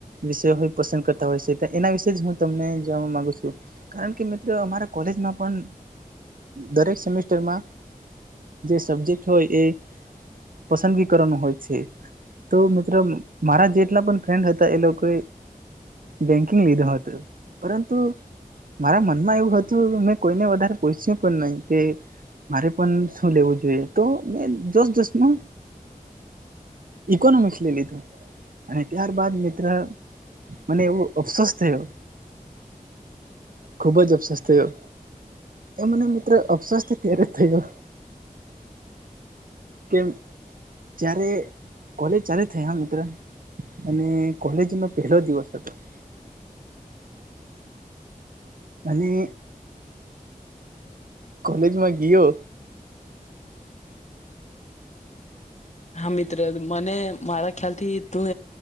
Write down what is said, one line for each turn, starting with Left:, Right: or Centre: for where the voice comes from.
Right: વિષય હોય પસંદ કર. હોય છે એના વિશે જ હું તમને જાણવા મામાંગુ છું કારણ કે મિત્રો અમારા કોલેજમાં પણ. દરેક સેમેસ્ટરમાં જે સબ્જેક્ટ હોય એ. પસંદગી કરવાનું હોય છે તો મિત્રો મારા જેટલા પણ ફ્રેન્ડ હતા એ લોકોએ. બેંકિંગ લીધા હતો પરંતુ. મારા મનમાં એવું હતું મેં કોઈને વધારે પછ્યું પણ નહી તે. મારે પણ શું લેવું જોઈએ તો મેં જોસ દસ ન. ઇકોનોમિક્સ લઈ લીધું અને ત્યારબાદ મિત્ર. મને એવો અફસોસ થયો ખુબ જ અફસોસ થયો. એ મને મિત્ર અફસસ તો ત્યારે થયો. કેમ. જય્યારે કોલેજ ચાલે થઈ હ મિત્ર અને કોલેજનોો પહેલો દિવસ. <inaudible> <unintelligible> અને કોલેજમાં ગીયો.
Left: હા મિત્ર મને મારા ખ્યાલ થી. તું